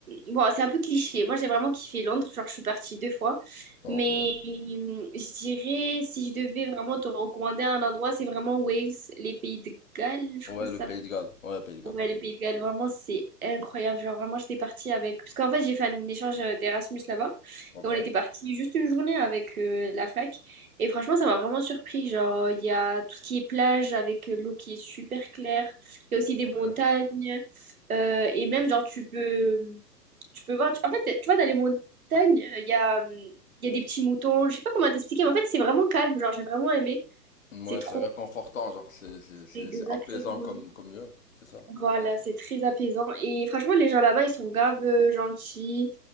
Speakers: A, on the right; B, on the left.
A: bon, c'est un peu cliché. Moi j'ai vraiment kiffé Londres, genre je suis partie deux fois,
B: ok.
A: mais hum, je dirais si je devais vraiment te recommander un endroit, c'est vraiment Wales, les pays de Galles, je
B: Ouais,
A: crois ça
B: le Pays de Galles. Ouais, Pays de Galles.
A: Ouais, le Pays de Galles, vraiment, c'est incroyable. Genre, vraiment, j'étais partie avec... Parce qu'en fait, j'ai fait un échange euh, d'Erasmus là-bas.
B: Ok,
A: Et on était parti juste une journée avec euh, la fac. Et franchement, ça m'a vraiment surpris. Genre, euh, il y a tout ce qui est plage avec euh, l'eau qui est super claire. Il y a aussi des
B: ok,
A: montagnes. Euh, et
B: ok,
A: même, genre, tu peux... Tu peux voir... tu- En fait, tu vois, dans les montagnes, euh, il y a, hum, il y a des petits moutons. Je sais pas comment t'expliquer, mais en fait, c'est vraiment calme. Genre, j'ai vraiment aimé.
B: Ouais,
A: C'est trop...
B: c'est réconfortant, genre, c'est c'est- c'est-
A: Exactement.
B: c'est apaisant comme, comme lieu, c'est ça?
A: Voilà, c'est très apaisant. Et franchement, les gens là-bas, ils sont grave euh, gentils.